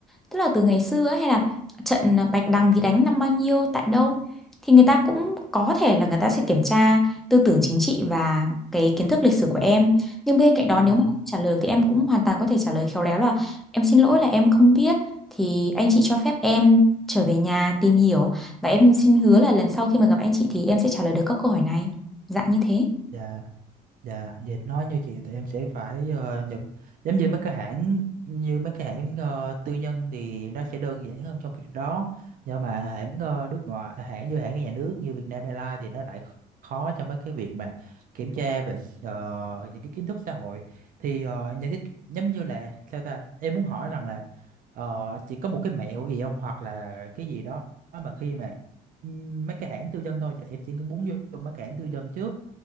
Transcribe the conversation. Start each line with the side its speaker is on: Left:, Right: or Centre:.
Centre: tức là từ ngày xưa ấy, hay là trận Bạch Đằng thì đánh năm bao nhiêu tại đâu thì người ta cũng có thể là người ta sẽ kiểm tra tư tưởng chính trị và cái kiến thức lịch sử của em nhưng bên cạnh đó
Right: dạ,
Centre: nếu mà không trả lời thì em cũng hoàn toàn có thể trả lời khéo léo là em xin lỗi là em không biết thì anh chị cho phép em trở về nhà tìm hiểu và em xin hứa là lần sau khi mà gặp anh chị thì em sẽ trả lời được các câu hỏi này dạng như thế
Right: dạ. Dạ, vậy nói như chị thì em sẽ phải ờ, nhận giống như mấy cái hãng như mấy cái hãng ờ, tư nhân thì nó sẽ đơn giản hơn trong việc đó nhưng mà hãng ờ, nước ngoài à, hãng như hãng nhà nước như Vietnam Airlines thì nó lại khó trong mấy cái việc mà kiểm tra về ờ, những cái kiến thức xã hội thì ờ, những cái giống như là sao ta em muốn hỏi rằng là ờ, chị có một cái mẹo gì không hoặc là cái gì đó mà khi mà ừm, mấy cái hãng tư nhân thôi giờ em chỉ muốn vô mấy cái hãng tư nhân trước